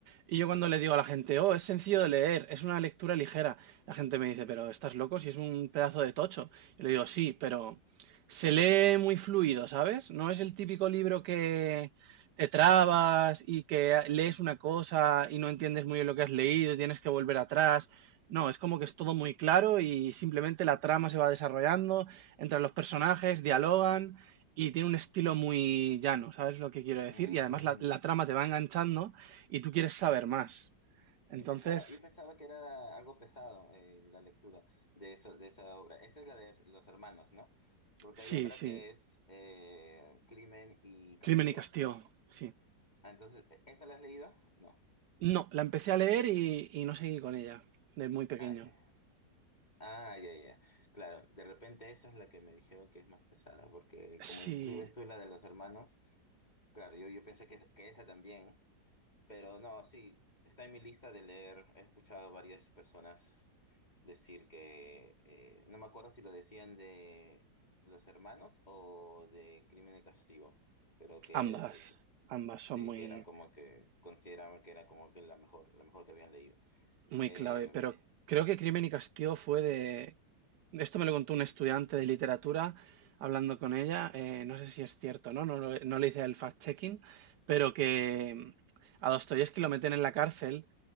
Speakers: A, on the right; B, on the left.
A: y yo cuando le digo a la gente, oh, es sencillo de leer, es una lectura ligera, la gente me dice, pero estás loco si es un pedazo de tocho. Yo le digo, sí, pero se lee muy fluido, ¿sabes? No es el típico libro que te trabas y que lees una cosa y no entiendes muy bien lo que has leído y tienes que volver atrás. No, es como que es todo muy claro y simplemente la trama se va desarrollando, entran los personajes, dialogan y tiene un estilo muy llano, ¿sabes lo que quiero decir?
B: Mm,
A: Y además la, la trama te va enganchando y tú quieres saber más. Entonces,
B: y pensaba, yo pensaba que era algo pesado eh, la lectura de eso, de esa obra. Esta es la de Los Hermanos, ¿no? Porque
A: sí,
B: hay otra
A: sí,
B: que es eh, Crimen y Castigo.
A: Crimen y Castigo, sí.
B: Ah, entonces, ¿esta la has leído? No.
A: No, la empecé a leer y, y no seguí con ella, de muy pequeño.
B: Ah, ya. Ah, ya, ya. Claro, de repente esa es la que me dijeron que es más pesada, porque como
A: Sí,
B: describes tú la de los hermanos, claro, yo, yo pensé que, es- que esa también, pero no, sí, está en mi lista de leer. He escuchado a varias personas decir que, eh, no me acuerdo si lo decían de los hermanos o de Crimen y Castigo, pero que
A: ambas,
B: eh,
A: ambas son
B: sí,
A: muy,
B: que eran como que consideraban que era como que la mejor, la mejor que habían leído.
A: muy
B: Eh,
A: clave, pero creo que Crimen y Castigo fue de Esto me lo contó un estudiante de literatura hablando con ella. eh, no sé si es cierto, ¿no? No, lo- no le hice el fact-checking, pero que mm, a Dostoyevsky lo meten en la cárcel